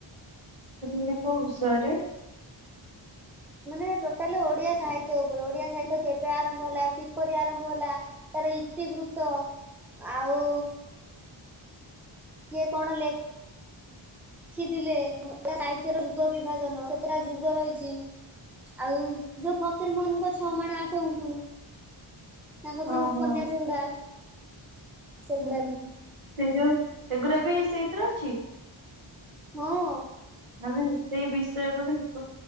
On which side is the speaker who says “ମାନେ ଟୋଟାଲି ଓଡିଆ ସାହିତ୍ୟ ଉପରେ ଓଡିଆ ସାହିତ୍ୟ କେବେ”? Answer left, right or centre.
Centre